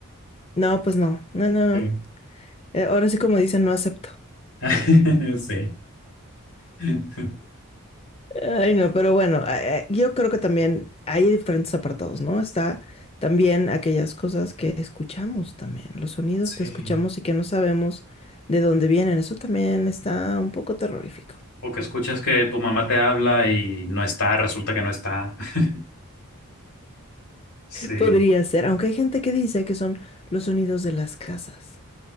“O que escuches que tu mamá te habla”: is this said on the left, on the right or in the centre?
Left